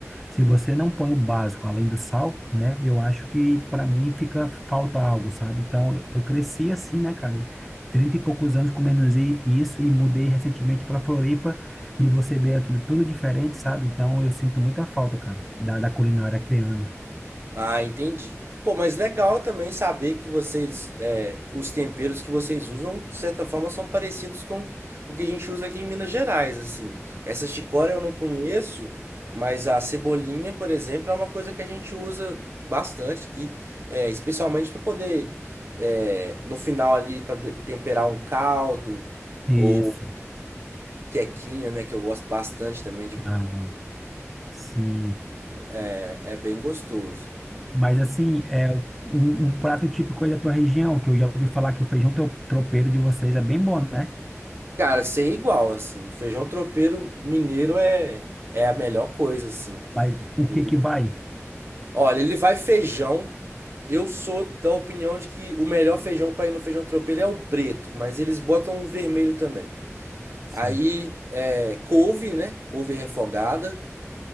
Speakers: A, in the centre; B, on the right.
A: se você não põe o básico além do sal, né? Eu acho que para mim fica falta algo, sabe? Então, eu cresci assim, né, cara? 30 e poucos anos comendo zi- isso e mudei recentemente para Floripa e você vê aquilo tudo diferente, sabe? Então eu sinto muita falta, cara, da, da culinária criando.
B: Ah, entendi. Pô, mas legal também saber que vocês, é, os temperos que vocês usam, de certa forma, são parecidos com o que a gente usa aqui em Minas Gerais, assim. Essa chicória eu não conheço, mas a cebolinha, por exemplo, é uma coisa que a gente usa bastante aqui, é, especialmente para poder, é, no final ali, para temperar um caldo
A: Isso,
B: ou quequinha, né, que eu gosto bastante também de,
A: ah, sim.
B: é é bem gostoso.
A: Mas assim, é um, um prato típico aí da tua região, que eu já ouvi falar que o feijão tro- tropeiro de vocês é bem bom, né?
B: Cara, sem igual, assim. O feijão tropeiro mineiro é, é a melhor coisa, assim.
A: Mas o
B: Ele,
A: que que vai?
B: olha, ele vai feijão. Eu sou da opinião de que o melhor feijão para ir no feijão tropeiro é o preto, mas eles botam o vermelho também.
A: Sim.
B: Aí é couve, né? Couve refogada.